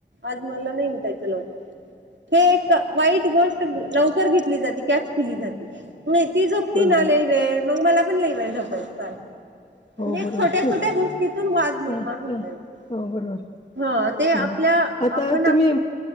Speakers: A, on the right; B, on the left.
A: आज मला न ह उटायत लवकर. हे एक वाईट गोष्ट लवकर घेतली जाते कॅच केली जाते. नाही ती झोपती
B: बरोबर
A: ना लईवेळ
B: बरोबर
A: मग मला पण लईवेळ झोपाय चाल म्हणजे
B: हो बरोबर
A: छोट्या - छोट्या गोष्टीतून वाद निर्माण
B: ह
A: होता
B: ह
A: य तेे
B: हो बरोबर
A: ह ते आपल्या
B: बरोबर आता
A: आपण
B: तुम्ही